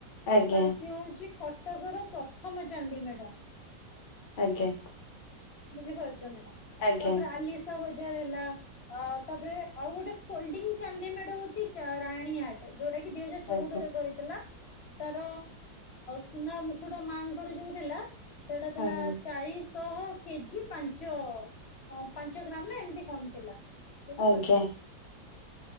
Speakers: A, on the left (about 75°); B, on the left (about 45°).
A: ଆଜ୍ଞା
B: ଆଉ ତା
A: ଆଜ୍ଞା ଆଜ୍ଞା
B: ସିଏ ହଉଛି କଟକର ପ୍ରଥମ ଚାନ୍ଦୀମେଢ଼।
A: ଆଜ୍ଞା।
B: ବୁଝିପାରୁଛନ୍ତି ନା?
A: ଆଜ୍ଞା
B: ତାପରେ ଆଲି ବଜାର ହେଲା ଆଉ ତାପରେ ଆଉ ଗୋଟେ ଫୋଲଡି ଚାନ୍ଦି ମେଡ ହଉଛି ରାଣୀ ହାଟ। ଯୋଉଟା କି ଦିଇ ହଜାର ଚଉଦ
A: ଆଜ୍ଞା ଆଜ୍ଞା ଆଜ୍ଞା
B: ରେ କରିଥିଲା ତାର ସୁନା ମୁକୁଟ ମାଙ୍କର ଯୋଉ ଥିଲା, ସେଟା
A: ଆଜ୍ଞା
B: ଥିଲା ଚାଳିଶ ଶହ କେଜି ପାଞ୍ଚ ପାଞ୍ଚ ଗ୍ରାମ ନା ଏମିତି କଣ ଥିଲା। ବୁଝିପାରୁଛନ୍ତି
A: ଆଜ୍ଞା ଆଜ୍ଞା ହଁ
B: ନା?